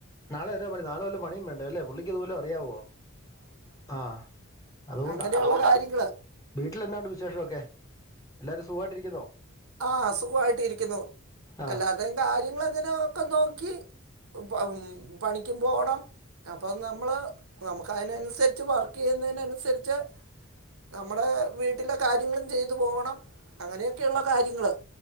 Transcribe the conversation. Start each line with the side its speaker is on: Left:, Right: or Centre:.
Left: നാളെ എവിടെയാ പണി നാളെ വല്ല പണിയും വേണ്ടേ അല്ലേ പുള്ളിക്കിതുപോലും അറിയാവോ ആ അതുകൊണ്ടാ
Right: അങ്ങനെയുള്ള കാര്യങ്ങൾ
Left: വീട്ടിൽ എന്നാണ്ട് വിശേഷം ഒക്കെ എല്ലാരും സുഖമായിട്ടിരിക്കുന്നോ
Right: ആഹ് സുഖായിട്ട് ഇരിക്കുന്നു
Left: ആഹ്
Right: എല്ലാരുടെയും കാര്യങ്ങളങ്ങനെ ഒക്കെ നോക്കി പം പണിക്കും പോവണം അപ്പം നമ്മള് നമുക്ക് അയിനനുസരിച്ച് വർക്ക് ചെയ്യുന്നതിനനുസരിച്ച് നമ്മടെ വീട്ടിലെ കാര്യങ്ങളും ചെയ്തു പോവണം അങ്ങനെയൊക്കെള്ള കാര്യങ്ങള്